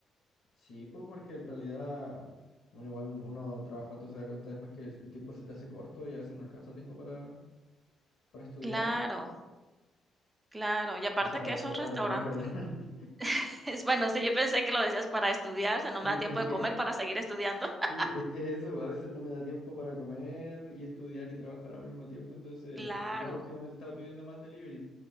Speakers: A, on the left; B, on the right.
A: Sí, pues porque en realidad, bueno, igual uno trabajando se da cuenta después que el tiempo se te hace corto y a veces no alcanza tiempo para, para estudiar.
B: Claro, claro. Y aparte
A: O sea, para
B: que esos
A: estudiar, para
B: restaurantes.
A: comer, perdón. <laughs>
B: <laughs> Es bueno, sí, yo pensé que lo decías para estudiar, o sea, no
A: Sí,
B: me da tiempo
A: es
B: de
A: que
B: comer para seguir estudiando. <laughs>
A: Sí, es que es eso, a veces no me da tiempo para comer y estudiar y trabajar al mismo tiempo, entonces
B: Claro,
A: igual últimamente he estado pidiendo más delivery,